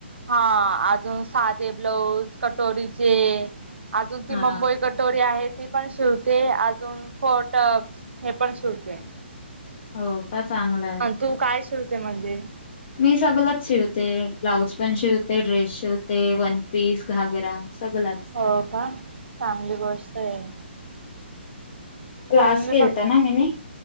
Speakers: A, on the right (about 70°); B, on the left (about 35°).
A: हा अजून साधे ब्लाऊज कटोरीचे अजून ती
B: हा
A: मुंबई कट टोरी आहे ती पण शिवते अजून फोर्ट हे पण शिवते
B: हो का चांगलं आहे.
A: अ तू काय शिवते म्हणजे
B: मी सगलच शिवते ब्लाऊज पण शिवते ड्रेस शिवते वन पीस घागरा सगलच
A: हो का चांगली गोष्ट आहे
B: क्लास
A: होय मी
B: केलता
A: फक
B: ना मीनी